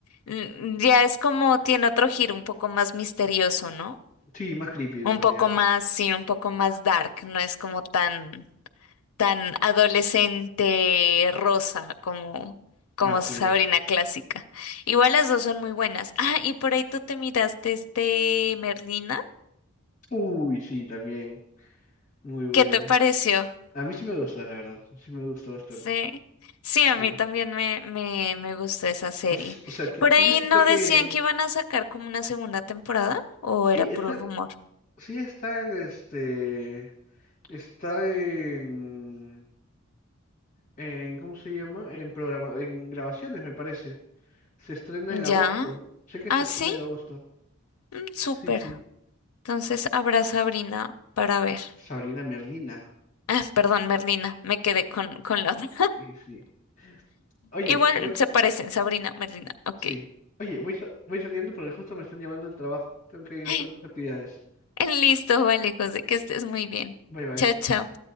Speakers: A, on the left (about 80°); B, on the left (about 35°).
A: Mm, Ya es como tiene otro giro un poco más misterioso, ¿no?
B: Sí, más creepy en
A: Un
B: realidad.
A: poco más, sí, un poco más dark, no es como tan tan adolescente rosa como, como
B: Así
A: Sabrina
B: es.
A: clásica. Igual las dos son muy buenas. Ah, y por ahí tú te miraste este Merlina.
B: Uy, sí, también. Muy buena.
A: ¿Qué te pareció?
B: A mí sí me gustó, la verdad. Sí me gustó bastante.
A: Sí. Sí,
B: Sí.
A: a mí también me, me, me gustó esa serie.
B: O, s- o sea, ti-
A: Por
B: tiene
A: ahí
B: su
A: no
B: toque.
A: decían que iban a sacar como una segunda temporada o
B: Sí,
A: era puro
B: está.
A: rumor.
B: Sí está en este, está en, en, ¿cómo se llama? En programa, en grabaciones, me parece. Se estrena
A: Ya.
B: en agosto. Sé que
A: Ah,
B: se estrena
A: sí.
B: en agosto.
A: Mm, súper.
B: Sí, sí.
A: Entonces habrá Sabrina para ver.
B: Sabrina Merlina.
A: Ah, perdón, Merlina. Me quedé con, con la otra.
B: Y sí. Oye,
A: Igual
B: voy,
A: se parecen, Sabrina, Merlina. Ok.
B: sí. Oye, voy, sa- voy saliendo porque justo me están llamando del trabajo. Tengo que ir
A: <laughs>
B: a hacer unas actividades.
A: Listo, vale, José, que estés muy bien.
B: Bye bye.
A: Chao, chao.